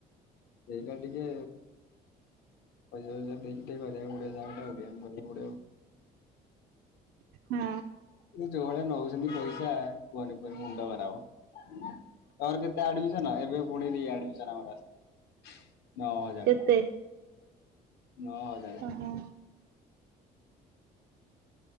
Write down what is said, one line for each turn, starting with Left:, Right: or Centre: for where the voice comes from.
Left: ସେଇଟା ଟିକେ ପଇଶା ପଇସା ଦେଇକି ଟିକେ କରିବାକୁ ପଡିଆ <unintelligible>
Right: ହୁଁ।
Left: ଯୋଉ ଝଗଡ଼ା ନଗଉଛନ୍ତି ପଇସା କୁହନି କୁହନି ମୁଣ୍ଡ ଖରାପ। ତୋର କେତେ ଆଡମିସନ? ଏବେ ପୁଣି ରିଆଡମିସନ ଆମର ଆସିଚି। ନଅ ହଜାର
Right: କେତେ?
Left: ଟଙ୍କା, ନଅ ହଜାର
Right: ଶହେ।